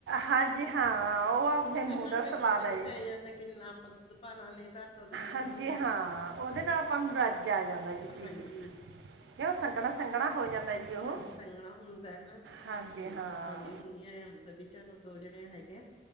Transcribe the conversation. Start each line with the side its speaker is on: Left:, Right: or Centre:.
Right: ਹਾਂਜੀ-ਹਾਂ, ਉਹ ਆਪਦੇ ਮੂੰਹ
Left: ਫੇਰ ਨਾ
Right: ਦਾ
Left: ਦੇਖੋ
Right: ਸਵਾਦ
Left: ਦੁੱਧ
Right: ਆ ਜੀ।
Left: ਪੈ ਜਾਂਦਾ ਕਿੰਨਾ ਆਪਾਂ ਦੁੱਧ ਪਾ ਲਾਨੇ ਆ ਘਰ ਦਾ ਦੁੱਧ
Right: ਹਾਂਜੀ-ਹਾਂ,
Left: ਹੁੰਦਾ
Right: ਉਹਦੇ ਨਾਲ ਆਪਾਂ ਨੂੰ ਰੱਜ ਆ ਜਾਂਦਾ ਜੀ ਪੀਕੇ।
Left: ਹਾਂਜੀ
Right: ਕਿਉਂ, ਸੰਘਣਾ-ਸੰਘਣਾ ਹੋ ਜਾਂਦਾ। ਜੀ ਉਹ
Left: ਹਾਂਜੀ ਸੰਘਣਾ ਹੁੰਦਾ ਹਨਾ, ਮੈਂ
Right: ਹਾਂਜੀ
Left: ਇੱਕ ਮੈਂਗੋ
Right: ਹਾਂ
Left: ਪਾਂਨੀ ਹੁੰਨੀ ਆਂ, ਐ ਹੁੰਦਾ ਵੀ ਚਲੋ ਦੋ ਜਣੇ ਹੈਗੇ ਆ,